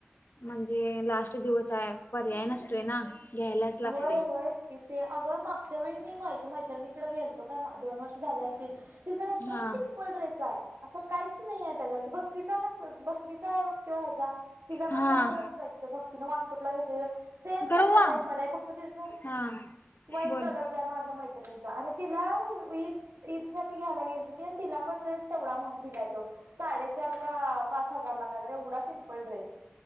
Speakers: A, on the left; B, on the right.
A: म्हणजे लास्ट दिवस हाय पर्याय नसतोय ना. घ्यायलाच लागते
B: व्हय व्हयच की अगं मग ज्यावेळी मी माझ्या मैत्रिणीकडे गेलतो का दोन वर्ष झाले असतील तिझा एकदम
A: हा
B: सिम म्पल ड्रेस हाय असं काहीच नाही आहे त्याच्यात भक्तीचा कस भक्तीचा हाय बघ तो ह्याचा तिचा पण
A: हा
B: चार हजारचा जा आहे की तो भक्तीने वास्तूकला घेतल्याला सेम
A: करू
B: तसा
A: वा
B: टाईप नाय फक्त तिज
A: हा
B: वाईन
A: बोल
B: कलर चा आहे माझ्या मैत्रिणीचा आणि तिला ईद ईद साठी घ्यायला गेलती ते आणि तिला पण ड्रेस तेवढा महाग दिलाय तो साडेचार का पाच हजार ला कायतरी एवढा सिम्पल ड्रेस.